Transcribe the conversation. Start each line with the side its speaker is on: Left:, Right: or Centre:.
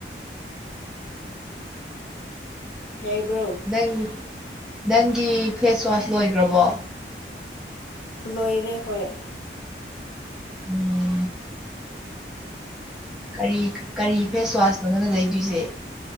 Left: ꯌꯥꯏꯕ꯭ꯔꯣ
Centre: ꯅꯪ ꯅꯪꯒꯤ ꯐꯦꯁꯋꯥꯁ ꯂꯣꯏꯒ꯭ꯔꯕꯣ
Left: ꯂꯣꯏꯔꯦ ꯍꯣꯏ
Centre: ꯎꯝ ꯀꯔꯤ ꯀꯔꯤ ꯐꯦꯁ ꯋꯥꯁꯅꯣ ꯅꯪꯅ ꯂꯩꯗꯣꯏꯖꯦ